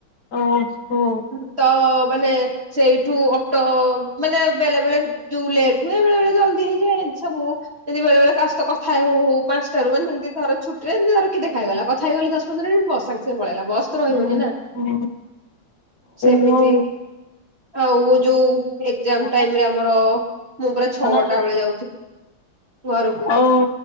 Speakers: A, on the left; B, on the right.
A: ଓହୋ
B: <inaudible> ତ ମାନେ ସେଇଠୁ ଅଟୋ ମାନେ ବେଳେ ବେଳେ ଯୋଉ ଲେଟ୍ ହୁଏ ବେଳେ ବେଳେ ଜଲ୍ଦି ହେଇଯାଏ ସବୁ ଏମିତି ବେଳେ ବଳେ ତା କଥା ହଉ ହଉ ପାଞ୍ଚଟାରୁ ମାନେ ଏମିତି ଧର ଛୁଟିରେ ଏମିତିର ଦେଖାହେଇଗଲା କଥା ହେଇଗଲି ଦଶ ପନ୍ଦର୍ ମିନିଟ୍ ବସ ସାଙ୍ଗେ ସାଙ୍ଗେ ପଳେଇଲା। ବସ୍ ତ ରହିବନି
A: ଓହୋ
B: ନା
A: ହଉ
B: ସେମିତି
A: ହଉ।
B: ଆଉ ଯୋଉ ଏକ୍ଜାମ
A: ଓହୋ
B: ଟାଇମ୍ଏ ରେ ଆମର ମୁଁ ପୁରା ଛଅଟା
A: ହଉ
B: ବେଳେ ଯାଉଥିଲି। ଘରକୁ।
A: ଆଉ